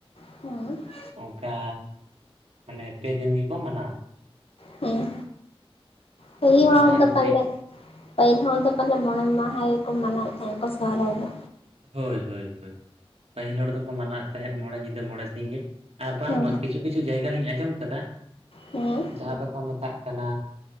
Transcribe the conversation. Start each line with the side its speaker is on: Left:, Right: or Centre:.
Left: <unintelligible>
Right: ᱚᱝᱠᱟ ᱢᱟᱱᱮ ᱯᱮ ᱫᱤᱱ ᱜᱮᱠᱚ ᱢᱟᱱᱟᱣᱟ
Left: ᱦᱩᱸ ᱯᱟᱹᱦᱤᱞ
Right: ᱚᱱᱠᱟ
Left: ᱦᱚᱸ
Right: ᱡᱟᱦᱟᱸ
Left: <inaudible>
Right: ᱵᱤᱱ ᱞᱟᱹᱭ
Left: ᱯᱟᱹᱦᱤᱞ ᱦᱚᱲ ᱫᱚ ᱯᱟᱞᱮ ᱢᱚᱬᱮ ᱢᱟᱦᱟ ᱜᱮᱠᱚ ᱢᱟᱱᱟᱣ ᱮᱫ ᱛᱟᱦᱮᱸᱫ ᱠᱚ ᱥᱚᱦᱨᱟᱭ ᱫᱚ
Right: ᱦᱚᱭ ᱦᱚᱭ ᱦᱚᱭ ᱯᱟᱹᱦᱤᱞ ᱦᱚᱲ ᱫᱚᱠᱚ ᱢᱟᱱᱟᱣ ᱮᱫ ᱛᱟᱦᱮᱸᱫ ᱢᱚᱬᱮ ᱧᱤᱫᱟᱹ ᱢᱚᱬᱮ ᱥᱤᱝ ᱜᱤ ᱟᱨ ᱵᱟᱝ
Left: ᱦᱮᱸ
Right: ᱵᱟᱝ ᱠᱤᱪᱷᱩ ᱠᱤᱪᱷᱩ ᱡᱟᱭᱜᱟ ᱞᱤᱧ ᱟᱸᱡᱚᱢ ᱠᱟᱫᱟ
Left: ᱦᱮᱸ
Right: ᱡᱟᱦᱟᱸ ᱫᱚᱠᱚ ᱢᱮᱛᱟᱜ ᱠᱟᱱᱟ